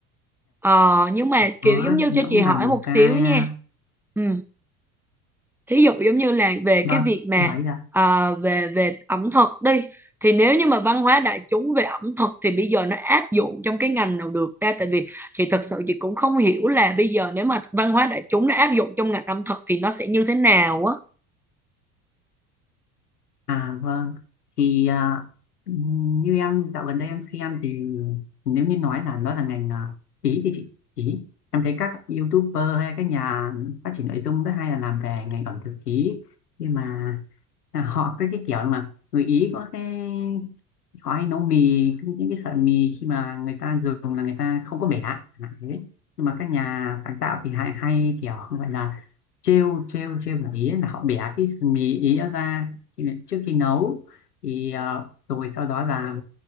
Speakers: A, in the centre; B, on the left.
A: Ờ, nhưng mà kiểu
B: đó
A: giống như
B: thì
A: cho
B: nó cũng
A: chị hỏi
B: là một
A: một
B: cái
A: xíu nha.
B: à,
A: Ừ. Thí dụ giống như là về
B: vâng
A: cái việc
B: chị
A: mà
B: hỏi đi ạ
A: à, về về ẩm thực đi thì nếu như mà văn hóa đại chúng về ẩm thực thì bây giờ nó áp dụng trong cái ngành nào được ta tại vì chị thật sự chị cũng không hiểu là bây giờ nếu mà văn hóa đại chúng nó áp dụng trong ngành ẩm thực thì nó sẽ như thế nào á.
B: À vâng, thì à, như em dạo gần đây em xem thì nếu như nói là nó là ngành à, ý thì chị ý em thấy các YouTuber hay các nhà phát triển nội dung rất hay là làm về ngành ẩm thực ý nhưng mà à, họ cái cái kiểu mà người Ý có cái họ hay nấu mì những cái sợi mì khi mà người ta dùng là người ta không có bẻ chẳng hạn thế nhưng mà các nhà sáng tạo thì hay hay kiểu gọi là trêu trêu trêu người Ý ấy, là họ bẻ cái mì Ý ra khi trước khi nấu thì ờ, rồi sau đó là